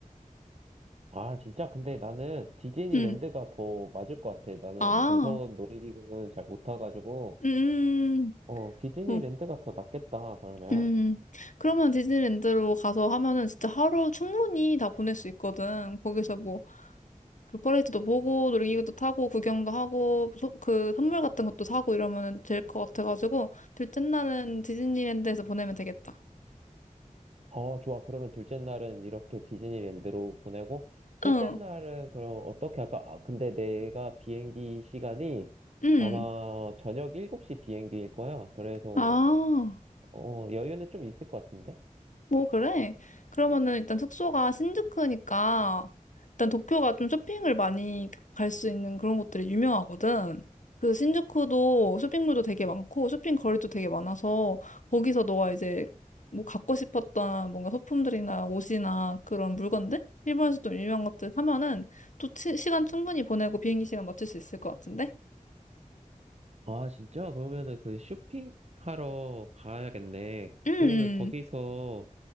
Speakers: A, on the right; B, on the left.
A: 아, 진짜? 근데 나는 디즈니랜드가
B: 음.
A: 더 맞을 것 같아. 나는
B: 아.
A: 무서운 놀이기구는 잘 못 타가지고,
B: 음.
A: 어, 디즈니랜드가
B: 음. 음. 어,
A: 더 낫겠다, 그러면.
B: 음. 그러면 디즈니랜드로 가서 하면은 진짜 하루 충분히 다 보낼 수 있거든. 거기서 뭐 그 퍼레이드도 보고 놀이기구도 타고 구경도 하고 소- 그 선물 같은 것도 사고 이러면 될 것 같아가지고 둘째 날은 디즈니랜드에서 보내면 되겠다.
A: 어, 좋아. 그러면 둘째 날은 이렇게 디즈니랜드로 보내고, 셋째
B: 응,
A: 날은 그럼 어떻게 할까? 아, 근데 내가 비행기 시간이
B: 응.
A: 아마 저녁 7시 비행기일 거야. 그래서,
B: 아,
A: 어, 여유는 좀 있을 것 같은데?
B: 오, 그래? 그러면은 일단 숙소가 신주쿠니까 일단 도쿄가 좀 쇼핑을 많이 갈 수 있는 그런 곳들이 유명하거든. 그래서 신주쿠도 쇼핑몰도 되게 많고 쇼핑 거리도 되게 많아서 거기서 너가 이제 뭐 갖고 싶었던 뭔가 소품들이나 옷이나 그런 물건들? 일본에서 좀 유명한 것들 사면은 또 치- 시간 충분히 보내고 비행기 시간 맞출 수 있을 것 같은데?
A: 아, 진짜? 그러면은 그 쇼핑하러 가야겠네.
B: 음,
A: 그러면 거기서,